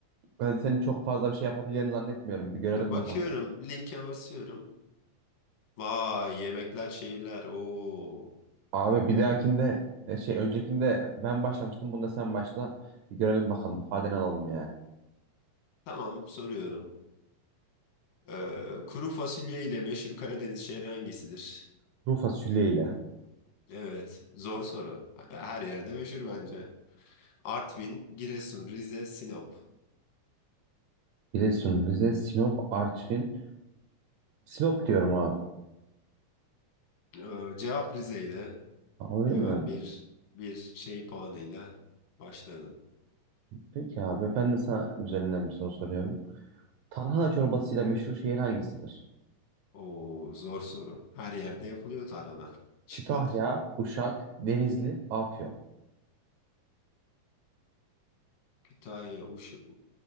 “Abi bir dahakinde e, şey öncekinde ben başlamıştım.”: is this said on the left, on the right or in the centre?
Right